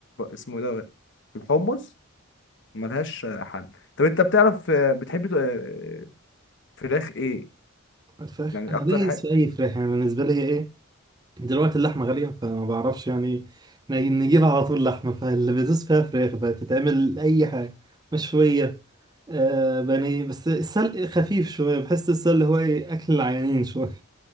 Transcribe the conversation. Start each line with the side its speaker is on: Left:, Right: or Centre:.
Left: اسمه ده في الحمص ملهاش حل طب انت بتعرف آه، بتحب تق- فراخ ايه
Right: الفراخ
Left: يعني
Right: انا
Left: اكتر
Right: دايس
Left: حاجة
Right: في اي فراخ يعني بالنسبه لي ايه دلوقتي اللحمه غاليه فما بعرفش يعني نجي- نجيب على طول لحمه فاللي بدوس فيها فراخ بقى تتعمل اي حاجه مشويه آه بانيه بس السلق خفيف شويه بحس السلق هو ايه اكل العيانين <laughs> شويه